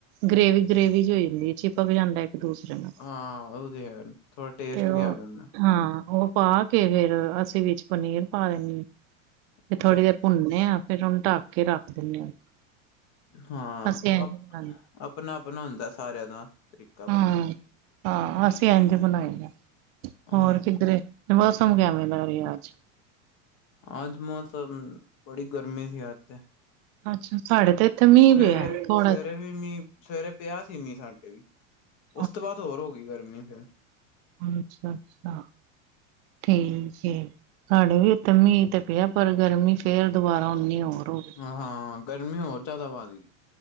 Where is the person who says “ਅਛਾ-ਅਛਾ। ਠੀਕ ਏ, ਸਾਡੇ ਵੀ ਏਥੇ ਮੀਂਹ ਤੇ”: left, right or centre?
Right